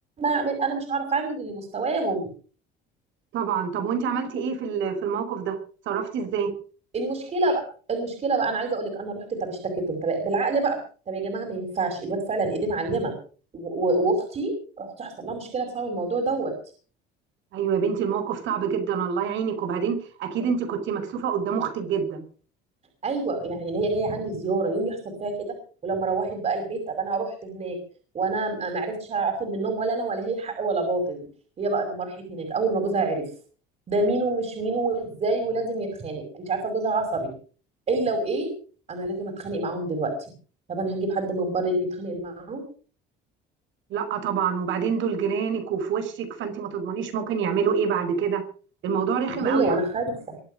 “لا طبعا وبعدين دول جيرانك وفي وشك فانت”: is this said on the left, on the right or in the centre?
Right